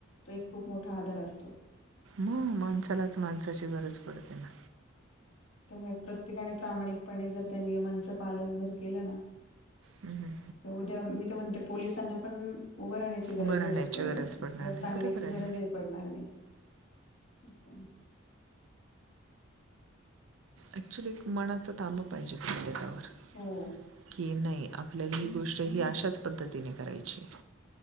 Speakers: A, on the left; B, on the right.
A: तो एक खूप मोठा आधार असतो.
B: हो माणसालाच, माणसाची गरज पडते ना.
A: होय. प्रत्येकाने प्रामाणिकपणे जर त्या नियमांच पालन जर केलं ना,
B: हम्म.
A: तर उद्या, मी तर म्हणते, पोलिसांना पण उभं राहण्याची गरज
B: उभं
A: नाही
B: राहण्याची
A: रस्त्यावरती.
B: गरज पडणार
A: किंवा
B: नाही
A: सांगण्याची
B: बरोबर आहे
A: गरजही पडणार नाही. अच्छा.
B: ॲक्च्युअली एक मनाचा ताबा पाहिजे प्रत्येकावर.
A: हो
B: कि नाही आपल्याला ही गोष्ट, ही अशाच पद्धतीने करायची